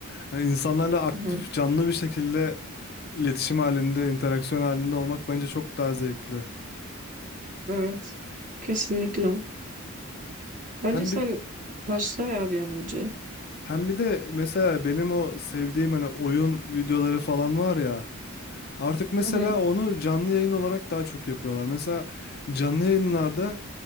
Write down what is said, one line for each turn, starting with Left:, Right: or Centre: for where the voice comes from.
Left: Hani insanlarla aktif,
Right: Hı hı.
Left: canlı bir şekilde iletişim halinde, interaksiyon halinde olmak bence çok daha zevkli.
Right: Evet. Kesinlikle. Bence
Left: Hem
Right: sen
Left: bir
Right: başla ya bir an önce.
Left: hem bir de mesela benim o sevdiğim hani oyun videoları falan var ya. Artık mesela
Right: Hı hı.
Left: onu canlı yayın olarak daha çok yapıyorlar. Mesela canlı yayınlarda